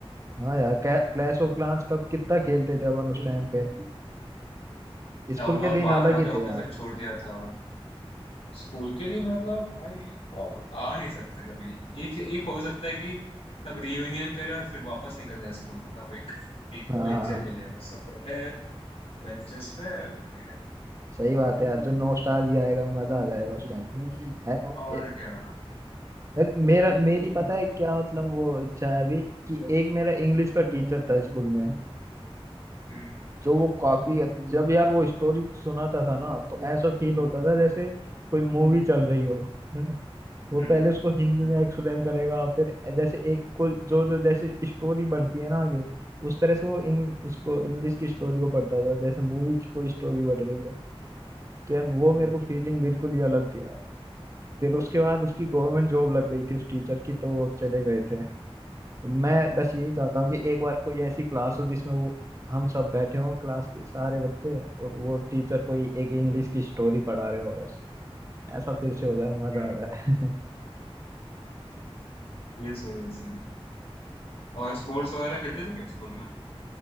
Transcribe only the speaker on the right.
हाँ यार क्लैश ऑफ क्लान्स कब कितना खेलते थे अपन उस टाइम पे स्कूल
के
दिन
अलग ही
थे यार
हाँ हाँ,
हाँ।
सही बात है यार जो नॉस्टैल्जिया आएगा मजा आ जाएगा उस टाइम पे ए-
ए-
यार मेरा मेरी पता है क्या मतलब वो इच्छा है अभी कि एक मेरा इंग्लिश का टीचर था स्कूल में
जो वो काफी अच्छ- जब यार वो स्टोरी सुनाता था ना तो ऐसा फील होता था जैसे कोई मूवी चल रही हो <laughs> वो
पहले
उसको हिंदी
में एक्सप्लेन करेगा फिर जैसे एक को जो जो जैसे स्टोरी बढ़ती है ना आगे उस तरह से वो इंग, उसको इंग्लिश की स्टोरी को पढ़ता था जैसे मूवी की कोई स्टोरी बढ़ रही हो तो यार वो
मेरे
को फीलिंग बिल्कुल ही अलग थी यार फिर उसके बाद उसकी गवर्नमेंट जॉब लग गई थी उस टीचर की तो वो चले गए थे मैं बस यही चाहता हूँ कि एक बार कोई ऐसी क्लास हो जिसमें वो हम सब बैठे हों क्लास के सारे बच्चे और वो टीचर कोई एक इंग्लिश की स्टोरी पढ़ा रहे हो बस ऐसा फिर से हो जाए मजा
आ जाए <laughs>